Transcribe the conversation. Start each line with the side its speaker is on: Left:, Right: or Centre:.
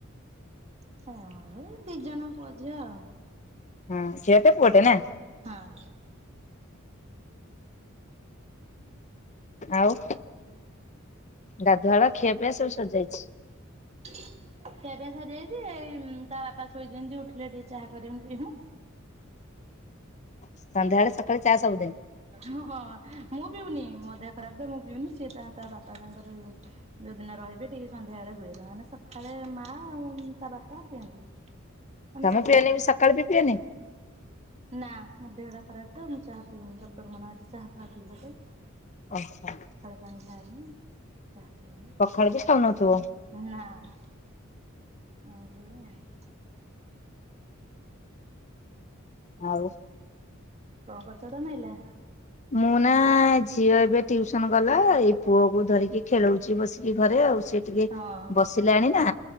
Right: ହଁ ଏଇ ଦି ଜଣ ପୁଅ, ଝିଅ ଆଉ।
Left: ହଁ। ଝିଅଟେ, ପୁଅଟେ
Right: ହଁ।
Left: ନା।
Right: ହଁ।
Left: ଆଉ ଗାଧୁଆଳ ଖିଅ, ପିଆ ସବୁ ସର୍ଯାଇଛି।
Right: ଖିଆପିଆ ସରି ଯାଇଛି। ଏଇ ତା ବାପା ଶୋଇଚନ୍ତି ଉଠିଲେ ଟିକେ ଚାହା କରିମୁ ପିଇମୁ।
Left: ସନ୍ଧ୍ୟାଳେ ସକାଳେ ଚା ସବୁଦିନ।
Right: ହଁ ହଁ ମୁଁ ପିଉନି। ମୋ ଦେହ ଖରାପ ଏବେ। ମୁଁ ପିଉନି ସିଏ ତା ତା ବାପା ତାଙ୍କର ଯୋଉଦିନ ରହିବେ ଟିକେ ସନ୍ଧ୍ୟାଳେ ହୁଏ। ନ ହେଲେ ସଖାଳେ ମା ଆଉ ତା ବାପା ପିଅନ୍ତି। ମାନେ
Left: ତମେ
Right: ଶାଶୁ
Left: ପିଅନି
Right: ମା।
Left: ବି ସକାଳେ ବି ପିଅନି।
Right: ନା ମୋ ଦେହଟା ଖରାପ୍ ତ ମୁଁ ଚହା ପିଉନି। ଡକ୍ଟର ମାନା କରିଚି ଚହା ଫାହା ପିଇବାକୁ।
Left: ଓହୋ।
Right: ପାଣି ଖାଇନି। ଚାହା
Left: ପଖାଳ
Right: ପିଏନି।
Left: ବି ଖାଉନଥିବ?
Right: ନା। ଆଉ ସବୁ କଣ?
Left: ଆଉ।
Right: କଣ କର୍ଚ। <unintelligible>
Left: ମୁଁ ନା ଝିଅ ଏବେ ଟିଉସନ୍ ଗଲା। ଏଇ ପୁଅକୁ ଧରିକି ଖେଳଉଛି ବସି। ଟିକେ ଘରେ ଆଉ। ସିଏ ଟିକେ
Right: ହଁ
Left: ବସିଲାଣି ନା।